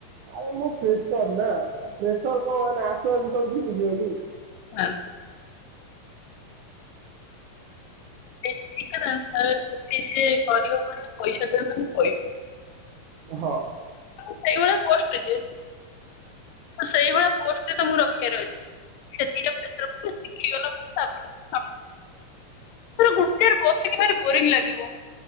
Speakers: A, on the right (about 80°); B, on the left (about 80°).
A: ଆରେ ମୁଁ ପ୍ରେସର୍ ନାଁ। ଆ ପ୍ରେସର୍ କଣ ମାନେ ଆସୁ ଆସୁ ସବୁ ଶିଖିଯିବ କି?
B: ନାଁ, ନା। ଠିକଥା ତା, ସେଠି ସିଏ କରିବ ମାନେ ପଇସା ଦେଲେନି କଇବି।
A: ହଁ।
B: ସେଇଭଳିଆ ପୋଷ୍ଟରେ ଯେ <inaudible> ସେଇଭଳିଆ ପୋଷ୍ଟରେ ତମକୁ ରଖିବାର ଅଛି। ଶିଖିଗ <inaudible> <unintelligible> ଗୋଟେରେ ବସିକି ଭାରି ବୋରିଙ୍ଗ୍ ଲାଗିବ।